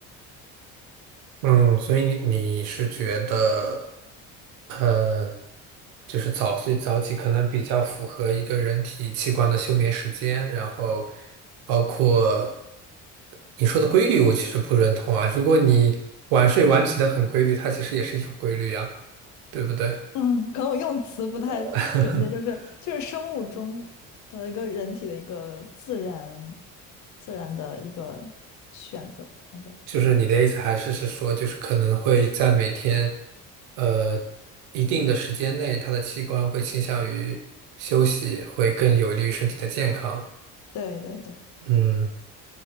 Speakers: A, on the right; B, on the left.
A: 嗯，所以你你是觉得，呃，就是早睡早起可能比较符合一个人体器官的休眠时间，然后包括你说的规律，我其实不认同啊。如果你晚睡晚起的很规律，它其实也是一种规律呀，对不对？
B: 嗯，可能我用词不太准确，
A: <laughs>
B: 就是就是生物钟的一个人体的一个自然自然的一个选择选择。
A: 就是你的意思还是是说，就是可能会在每天，呃，一定的时间内，它的器官会倾向于休息，会更有利于身体的健康。
B: 对对对，
A: 嗯，